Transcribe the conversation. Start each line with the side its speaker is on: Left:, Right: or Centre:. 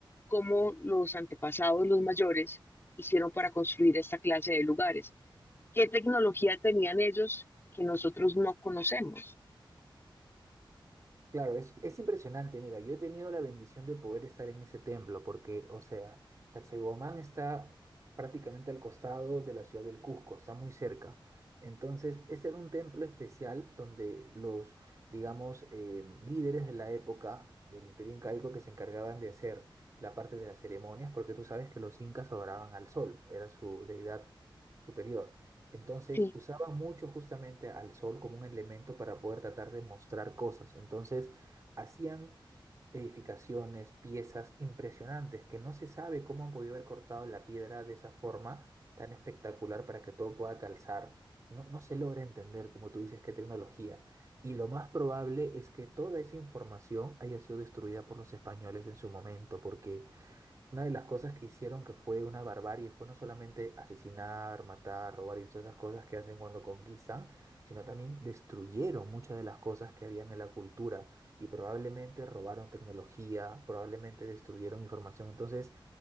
Left: cómo los antepasados, los mayores, hicieron para construir esta clase de lugares. ¿Qué tecnología tenían ellos que nosotros no conocemos?
Right: Claro, es, es impresionante. Mira, yo he tenido la bendición de poder estar en ese templo porque, o sea, Sacsayhuamán está prácticamente al costado de la ciudad del Cusco, está muy cerca. Entonces, este era un templo especial donde los, digamos, eh, líderes de la época del Imperio Incaico que se encargaban de hacer la parte de las ceremonias, porque tú sabes que los incas adoraban al sol, era su deidad superior. Entonces
Left: Sí.
Right: usaban mucho justamente al sol como un elemento para poder tratar de mostrar cosas. Entonces hacían edificaciones, piezas impresionantes que no se sabe cómo han podido haber cortado la piedra de esa forma tan espectacular para que todo pueda calzar. No, no se logra entender, como tú dices, qué tecnología. Y lo más probable es que toda esa información haya sido destruida por los españoles en su momento, porque una de las cosas que hicieron que fue una barbarie fue no solamente asesinar, matar, robar y todas esas cosas que hacen cuando conquistan, sino también destruyeron muchas de las cosas que habían en la cultura y probablemente robaron tecnología, probablemente destruyeron información. Entonces,